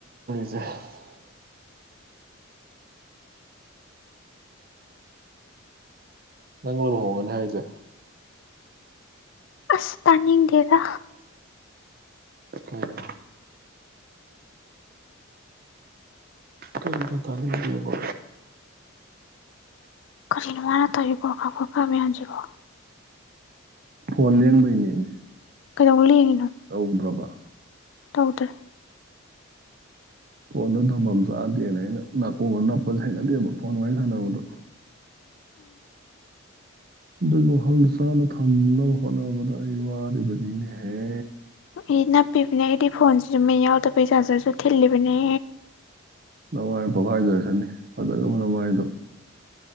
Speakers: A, on the right; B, on the left.
A: <unintelligible> ꯅꯪꯔꯣ ꯂꯨꯍꯣꯡꯉꯅꯤ ꯍꯥꯏꯖꯦ
B: ꯑꯁ ꯇꯥꯅꯤꯡꯗꯦꯗ
A: ꯎꯝ ꯀꯩꯅꯣ ꯇꯥꯅꯤꯡꯗꯦꯕꯣ
B: ꯀꯔꯤꯅꯣ ꯃꯥꯅ ꯇꯧꯔꯤ ꯀ꯭ꯔꯣꯀ ꯀ꯭ꯔꯣꯀ ꯃꯌꯥꯝꯁꯤꯕꯣ
A: ꯐꯣꯟ ꯂꯦꯡꯕꯩꯅꯦꯃꯤ
B: ꯀꯩꯗꯧ ꯂꯦꯡꯉꯤꯅꯣ
A: ꯇꯧꯗ꯭ꯔꯕ
B: ꯇꯧꯗ꯭ꯔꯦ
A: ꯐꯣꯟꯗꯣ ꯊꯝꯐꯝ ꯆꯥꯗꯦꯅ ꯑꯩꯅ ꯅꯥꯀꯣꯡꯒ ꯅꯞꯄꯁꯦ ꯍꯩꯅꯗꯦꯕ ꯐꯣꯟ ꯋꯥꯔꯤ ꯁꯥꯟꯅꯕꯗ
B: <inaudible>
A: ꯑꯗꯨꯕꯨ ꯃꯐꯝ ꯆꯥꯅ ꯊꯝꯅꯕ ꯍꯣꯠꯅꯕꯗ ꯑꯩ ꯋꯥꯔꯤꯕꯅꯤꯅꯦꯍꯦ
B: ꯏ ꯅꯞꯄꯤꯕꯅꯦ ꯑꯩꯗꯤ ꯐꯣꯟꯁꯤꯁꯨ ꯃꯤ ꯌꯥꯎꯗ ꯕꯩ ꯆꯥꯖꯔꯁꯨ ꯊꯤꯜꯂꯤꯕꯅꯦ
A: ꯅꯃꯥꯏ ꯄꯣꯛꯈꯥꯏꯖꯔꯛꯁꯅꯤ ꯐꯖꯒ꯭ꯔꯕ ꯅꯃꯥꯏꯗꯣ